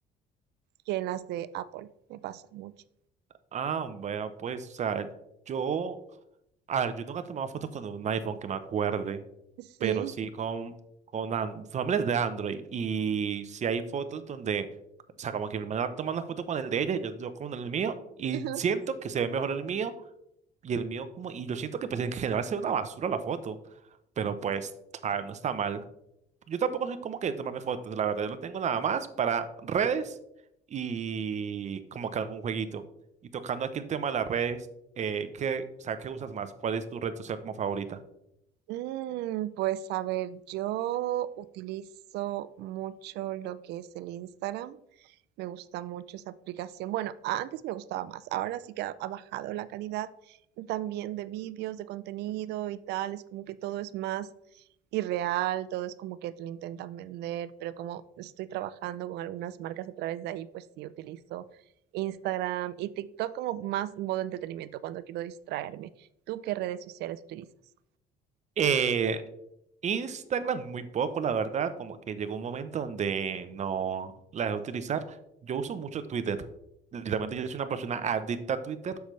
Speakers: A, on the right; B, on the right.
A: que en las de Apple. Me pasa mucho.
B: Ah, vea, pues, o sea, yo, a ver, yo nunca he tomado fotos con un iPhone que me acuerde.
A: Sí.
B: pero sí con, con an- familias de Android. Y si hay fotos donde, o sea, como que mi hermana toma una foto con el de ella, y yo, yo con el mío, y
A: <laughs>
B: siento que se ve mejor el mío, y el mío como, y yo siento que pues, en general se ve una basura la foto, pero pues, a ver, no está mal. Yo tampoco soy como que de tomarme fotos, la verdad, yo lo tengo nada más para redes y como que algún jueguito. Y tocando aquí el tema de las redes, eh, ¿qué, o sea, qué usas más? ¿Cuál es tu red social como favorita?
A: Mm, pues a ver, yo utilizo mucho lo que es el Instagram. Me gusta mucho esa aplicación. Bueno, antes me gustaba más. Ahora sí que ha, ha bajado la calidad también de vídeos, de contenido y tal. Es como que todo es más irreal, todo es como que te lo intentan vender. Pero como estoy trabajando con algunas marcas a través de ahí, pues sí utilizo Instagram y TikTok como más modo entretenimiento cuando quiero distraerme. ¿Tú qué redes sociales utilizas?
B: Eh, Instagram muy poco, la verdad, como que llegó un momento donde no la dejé utilizar. Yo uso mucho Twitter. Literalmente yo soy una persona adicta a Twitter.